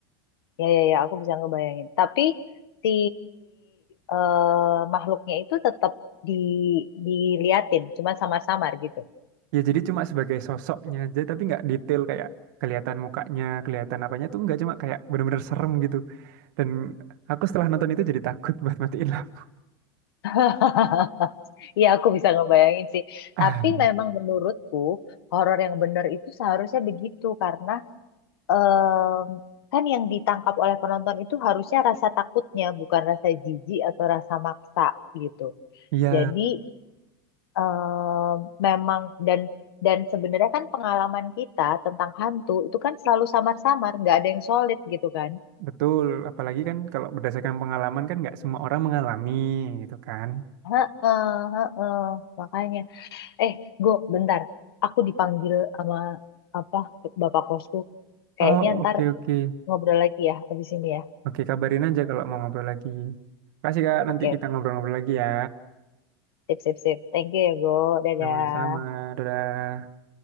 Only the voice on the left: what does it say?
Ya ya ya, aku bisa ngebayangin. Tapi si eh, makhluknya itu tetap di diliatin, cuma samar-samar gitu.
<laughs> Iya, aku bisa ngebayangin sih.
Tapi memang menurutku horor yang benar itu seharusnya begitu karena em, kan yang ditangkap oleh penonton itu harusnya rasa takutnya, bukan rasa jijik atau rasa maksa gitu.
Jadi em, memang dan dan sebenarnya kan pengalaman kita tentang hantu itu kan selalu samar-samar, nggak ada yang solid gitu kan.
Heeh, heeh, makanya. Eh, go, bentar. Aku dipanggil sama apa bapak kosku. Kayaknya
ntar
ngobrol lagi ya abis ini ya.
Oke,
sip sip sip. Thank you ya, Go. Dadah.